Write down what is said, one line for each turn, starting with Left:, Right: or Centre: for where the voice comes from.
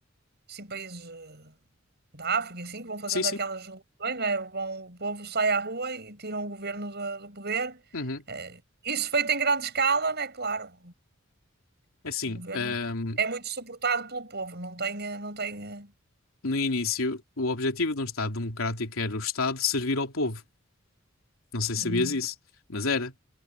Right: assim, países eh, da África, e assim, que vão fazendo
Left: Sim, sim.
Right: aquelas revoluções, né? Vão, o povo sai à rua e tiram o governo do, do poder.
Left: Uhum.
Right: Eh, isso feito em grande escala, né? Claro,
Left: É Assim,
Right: o governo
Left: ahm,
Right: é muito suportado pelo povo, não tem, eh, não tem, eh,
Left: no início, o objetivo de um Estado democrático era o Estado servir ao povo. Não sei se
Right: uhum,
Left: sabias isso, mas era.